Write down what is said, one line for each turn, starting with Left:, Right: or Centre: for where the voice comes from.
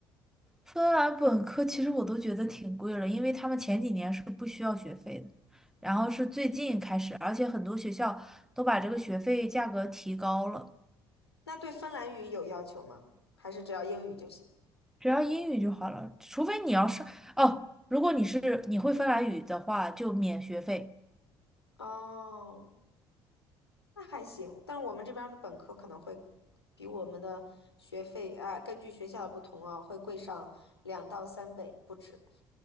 Centre: 芬兰本科其实我都觉得挺贵了，因为他们前几年是不需要学费的，然后是最近开始，而且很多学校都把这个学费价格提高了，
Left: 那对芬兰语有要求吗？还是只要英语就行？
Centre: 只要英语就好了，除非你要上，哦，如果你是你会芬兰语的话，就免学费。
Left: 哦。那还行，但是我们这边儿的本科可能会比我们的学费啊，根据学校的不同啊，会贵上两到三倍不止。